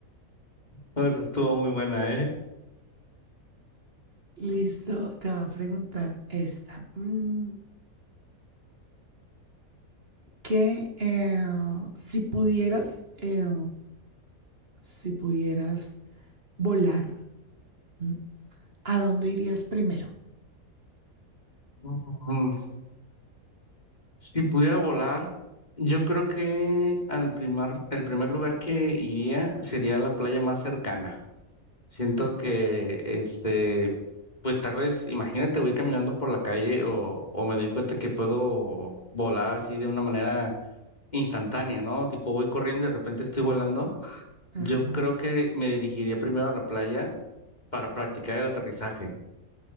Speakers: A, on the left; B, on the right.
A: Pues, estuvo muy buena, ¿eh?
B: Listo, te va a preguntar esta. Mm, que eh, si pudieras, eh, si pudieras volar, ¿m? ¿a dónde irías primero?
A: Ujú. Si pudiera volar, yo creo que al primer, el primer lugar que iría sería la playa más cercana. Siento que, este, pues tal vez, imagínate, voy caminando por la calle o, o me doy cuenta que puedo volar así de una manera instantánea, ¿no? Tipo, voy corriendo y de repente estoy volando.
B: Ajá,
A: Yo creo que me dirigiría primero a la playa para practicar el aterrizaje.